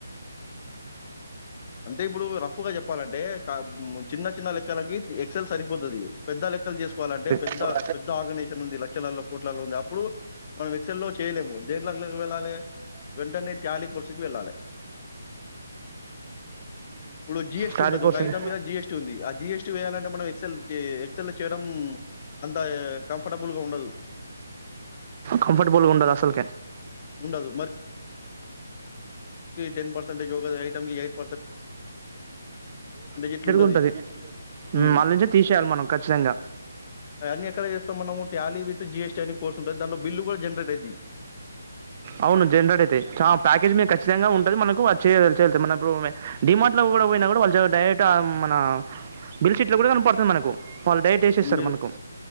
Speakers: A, on the left; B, on the right.
A: అంటే ఇప్పుడు రఫ్గా చెప్పాలంటే చిన్న చిన్న లెక్కలకి ఎక్సెల్ సరిపోతుంది పెద్ద లెక్కలు చేసుకోవాలంటే పెద్ద
B: ఎక్సెల్ తగ్గుతాయి
A: పెద్ద ఆర్గనైజేషన్ ఉంది లక్షలలో కోట్లలో ఉంది అప్పుడు మనం ఎక్సల్ల్లో చేయలేము దేని లకి వెళ్ళాలి వెంటనే త్యాలీ కోర్సుకి వెళ్ళాలి ఇప్పుడు జీఎస్టీ
B: దితుంది
A: ఉంటది. ఒక ఐటెమ్ మీద జీఎస్టీ ఉంది. ఆ జీఎస్టీ వేయాలంటే మనం ఎక్సెల్ టి ఎక్సెల్‌లో చేయడం అంత కంఫర్టబుల్‌గా ఉండదు.
B: కఫర్టబుల్ ఉండదు అసలు
A: ఉండదు. టెన్ పర్సెట్జయోగ ఐటమ్కి ఎయిట్ ఇట్లుంటది.
B: ఉంది
A: హ్మ్.
B: మళ్ళ తీసయాలినచ్చి
A: అయన్నీ ఎక్కడ చేస్తాం మనము? టాలీ విత్ జీఎస్టీ అనే కోర్స్ ఉంటది. దాంట్లో బిల్లు గూడా జనరేట్ అయిద్ది.
B: అవు జన అ ఖచ్చితంగా ఉంటుంది మనకుది చేయతుంది మనప్పుడు డిమార్ట్ లో కూడా పోయినా కూడా వాళ్ళ డైరెక్ట్ మన బిల్షీట్ లో కూడా కనపడుతుంది మనకు వాళ్ళు డైరెక్ట్ వేసేస్తారు
A: మీరు
B: మనకు